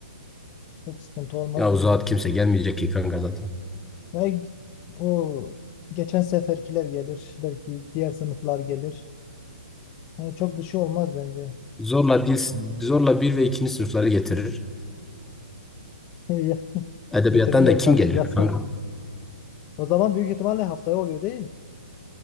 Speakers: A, on the left (about 25°); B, in the centre.
A: Çok sıkıntı olmaz
B: Ya o
A: bence.
B: zat kimse gelmeyecek ki kanka zaten.
A: Ya o geçen seferkiler gelir. Belki diğer sınıflar gelir. Yani çok bir şey olmaz bence.
B: Zorla dil, zorla bir ve ikinci sınıfları getirir.
A: <laughs>
B: Edebiyattan
A: Getirirler
B: da kim
A: tabii
B: gelir
A: zaten.
B: kanka?
A: O zaman büyük ihtimalle haftaya oluyor değil.